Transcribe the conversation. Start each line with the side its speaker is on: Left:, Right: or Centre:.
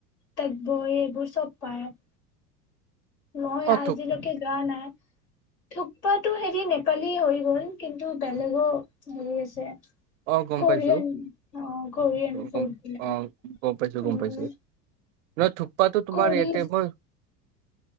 Left: তাকবৈ এইবোৰ চব পায়ে <unintelligible> মই আজিলৈকে
Right: অ', থোক
Left: যোৱা নাই। থোপাটো হেৰি নেপালী হৈ গল কিন্তু বেলেগো হেৰি আছে।
Right: অ', গম
Left: কৰিয়ান,
Right: পাইছো
Left: অ', কৰিয়ান ফুড
Right: গম অ গম পাইছো,
Left: উম
Right: গম পাইছো। ন থু তাতো তোমাৰাৰে
Left: কৰিজ
Right: এয়াতি মই